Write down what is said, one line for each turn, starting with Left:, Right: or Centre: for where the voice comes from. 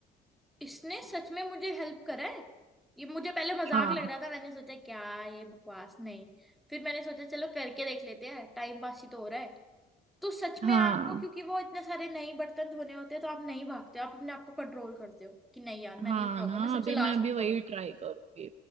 Centre: इसने सच में मुझे हेल्प करा है ये मुझे पहले मजाक
Right: हाँ
Centre: लग रहा था मैंने सोचा क्या ये बकवास नहीं फिर मैंने सोचा चलो करके देख लेते हैं टाइम पास ही तो हो रहा है तो सच में
Right: हाँ
Centre: आपको क्योंकि वो इतने सारे नए बर्तन धोने होते हैं तो आप नहीं भागते हो, आप अपने आप को कंट्रोल करते हो कि नहीं यार मैं
Right: हाँ
Centre: नहीं उठाऊंगा
Right: ना
Centre: मैं
Right: अभी
Centre: सबसे लास्ट
Right: मैं अभी
Centre: में
Right: वही
Centre: फोन
Right: ट्राई करूंगी